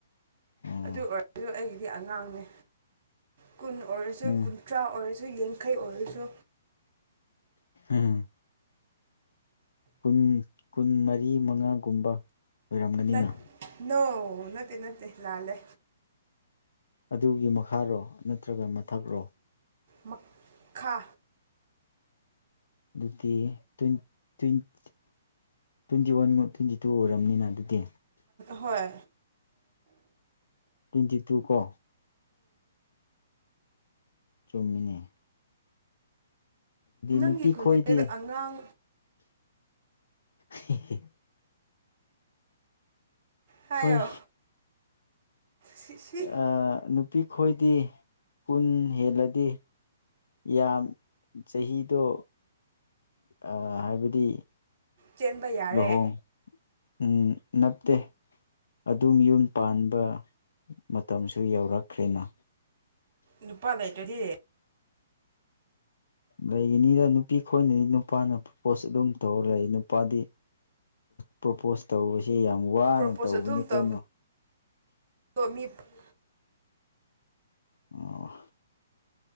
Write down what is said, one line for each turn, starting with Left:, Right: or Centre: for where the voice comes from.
Left: ꯑꯣ
Right: ꯑꯗꯨ ꯑꯣꯏꯔꯁꯨ ꯑꯩꯒꯤꯗꯤ ꯑꯉꯥꯡꯅꯦ ꯀꯨꯟ ꯑꯣꯏꯔꯁꯨ
Left: ꯅꯪ
Right: ꯀꯨꯟꯊ꯭ꯔꯥ ꯑꯣꯏꯔꯁꯨ ꯌꯥꯡꯈꯩ ꯑꯣꯏꯔꯁꯨ
Left: ꯎꯝ ꯀꯨꯟ ꯀꯨꯟ ꯃꯔꯤ ꯃꯉꯥꯒꯨꯝꯕ ꯑꯣꯏꯔꯝꯒꯅꯤꯅ
Right: ꯅꯠ ꯅꯣ ꯅꯠꯇꯦ ꯅꯠꯇꯦ ꯂꯥꯜꯂꯦ
Left: ꯑꯗꯨꯒꯤ ꯃꯈꯥꯔꯣ ꯅꯠꯇ꯭ꯔꯒ ꯃꯊꯛꯔꯣ
Right: ꯃꯛ ꯈꯥ
Left: ꯑꯗꯨꯗꯤ ꯇ꯭ꯋꯦꯟ ꯇ꯭ꯋꯦꯟꯇꯤ ꯇ꯭ꯋꯦꯟꯇꯤ ꯋꯥꯟ ꯑꯃ ꯇ꯭ꯋꯦꯟꯇꯤ ꯇꯨ ꯑꯣꯏꯔꯝꯅꯤꯅ ꯑꯗꯨꯗꯤ
Right: ꯍꯣꯏ
Left: ꯇ꯭ꯋꯦꯟꯇꯤ ꯇꯨ ꯀꯣ ꯆꯨꯝꯃꯤꯅꯤ
Right: ꯅꯪꯒꯤ
Left: ꯅꯨꯄꯤ
Right: ꯈꯨꯟꯖꯦꯜꯁꯦ
Left: ꯈꯣꯏꯗꯤ
Right: ꯑꯉꯥꯡ
Left: ꯏ ꯍꯤ ꯍꯤ
Right: ꯍꯥꯏꯌꯣ
Left: ꯍꯣꯏ
Right: ꯁꯤ ꯁꯤ
Left: ꯑꯥ ꯅꯨꯄꯤ ꯈꯣꯏꯗꯤ ꯀꯨꯟ ꯍꯦꯜꯂꯗꯤ ꯌꯥꯝ ꯆꯍꯤꯗꯣ ꯑꯥ ꯍꯥꯏꯕꯗꯤ
Right: ꯆꯦꯟꯕ ꯌꯥꯔꯦ
Left: ꯂꯨꯍꯣꯡ ꯎꯝ ꯅꯠꯇꯦ ꯑꯗꯨꯝ ꯌꯨꯝ ꯄꯥꯟꯕ ꯃꯇꯝꯁꯨ ꯌꯧꯔꯛꯈ꯭ꯔꯦꯅ
Right: ꯅꯨꯄꯥ ꯂꯩꯇꯔꯥꯗꯤ
Left: ꯂꯩꯒꯤꯅꯤꯗ ꯅꯨꯄꯤ ꯈꯣꯏꯅꯅꯤ ꯅꯨꯄꯥꯅ ꯄ꯭ꯔꯣꯄꯣꯁ ꯑꯗꯨꯝ ꯇꯧꯔ ꯂꯩ ꯅꯨꯄꯥꯗꯤ ꯄ꯭ꯔꯣꯄꯣꯁ ꯇꯧꯕꯁꯦ ꯌꯥꯝ ꯋꯥꯅ
Right: ꯄ꯭ꯔꯣꯄꯣꯁ
Left: ꯇꯧꯕꯅꯤ
Right: ꯑꯗꯨꯝ ꯇꯧꯕꯗꯣ
Left: ꯀꯣ ꯅꯣ
Right: <unintelligible>
Left: ꯑꯣ